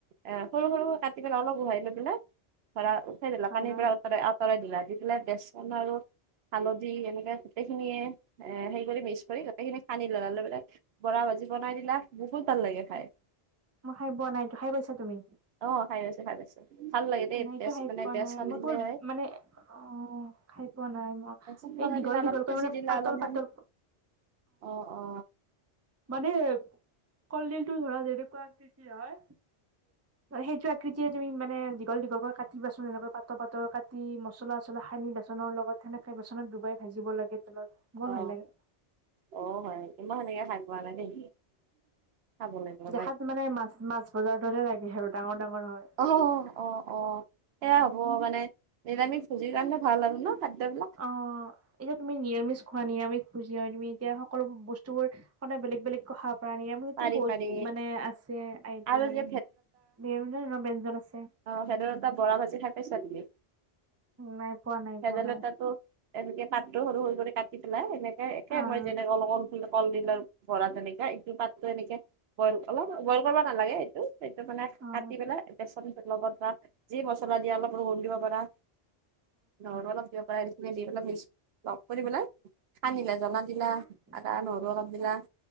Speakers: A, on the right (about 70°); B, on the right (about 20°).
A: এ সৰু সৰু কাটি পেলাই অলপ উহাই লৈ পেলাই ধৰা উঠাই দিলা
B: হয়
A: পানীৰ
B: হয়
A: পৰা আঁতৰাই দিলা দি পেলাই বেচন আৰু হালধি এনেকে গোটেইখিনিয়ে এ সেই কৰি মিছ কৰি গোটেইখিনি সানি ললা, লৈ পেলাই বৰা ভাজি বনাই দিলা বহুত ভাল লাগে খাই।
B: মই খাইপোৱা নাইতো, খাই পাইছা তুমি?
A: অ খাই পাইছো, খাই পাইছো। ভাল লাগে দেই
B: নাইটো
A: বেচ
B: হাই
A: মানে
B: পোৱা
A: বেচন
B: নাই মই
A: দিলে
B: কেৱল
A: হয়
B: মানে অ খাই পোৱা নাই মই।
A: বেচন
B: এই
A: লগাই
B: দীঘল
A: দিলা অলপ
B: দীঘলকৈ
A: চুজি
B: মানে
A: দিলা
B: পাতল
A: অলপমান
B: পাতল
A: অ অ
B: মানে কলডিলটো ধৰা যেনেকুৱা আকৃতিৰ হয়, মানে সেইটো আকৃ তিয়ে তুমি মানে দীঘল দীঘলকৈ কাটিবাচোন এনেকৈ পাতৰ পাতৰ কাটি, মছলা-চচলা সানি বাচনৰ লগত সেনে কে বেচনত ডুবাই ভাজিব লাগে তেলত বৰ
A: অ
B: ভাল লাগে।
A: অ হয় নেকি মই সেনেকে খাই পোৱা নাই দেই। খাব লাগিব ৰবা
B: দেখাত মানে মাছ মাছ ভজাৰ দৰে লাগে আৰু ডাঙৰ ডাঙৰ হয়
A: অ অ অ অ সেয়া হ'ব মানে নিৰামিষভুজি কাৰণে ভাল আৰু ন খাদ্যবিলাক
B: অ এতিয়া তুমি নিৰামিষ খোৱা, নিৰামিষ ভুজি হয় তুমি এতিয়া সকলো বস্তুবোৰ সদাই বেলেগ বেলেগ কৈ সাবা পৰা নিয়ম- ইয়াতে
A: পাৰি
B: বহুত
A: পাৰি
B: মানে আছে আইটিম
A: আৰু
B: মানে
A: যে
B: বিভিন্ন ব্যঞ্জন আছে
A: অঁ ভেদাইলতা বৰা ভাজি খাই পাইচা তুমি
B: নাই পোৱা নাই
A: ভেদাইলতাটো-
B: পোৱা নাই
A: এনেকে পাতটো সৰু সৰু কৰি কাটি পেলাই এনেকে একে
B: আহ
A: মই যেনেকল কল ফুল কলডিলে- বৰা তেনেকে ইটো পাতো এনেকে বইল অলপ বইল কৰিব নালাগে- সেইটো মানে
B: হয়
A: কাটি পেলাই বেচন লগত পৰা যি মছলা দিয়া অলপ ৰহন দিব পাৰা নহৰু অলপ দিব পাৰা দি পেলাই লগ কৰি পেলাই সানিলা জ্বলা দিলা
B: হয়
A: আদা নহৰু
B: হয় হয় হয়
A: অলপ দিলা